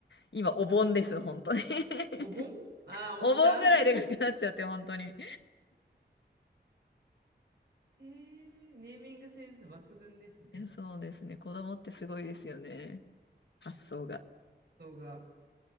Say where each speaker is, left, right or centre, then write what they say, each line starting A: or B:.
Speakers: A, on the left; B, on the right.
A: 今、お盆です、本当に <laughs>
B: お盆ああー、
A: お盆ぐらいでかくなっちゃって、
B: 大きさ。<laughs>
A: 本当に。
B: へえ、ネーミングセンス抜群ですね。
A: いやそうですね。子供ってすごいですよね。発想が。
B: 動画。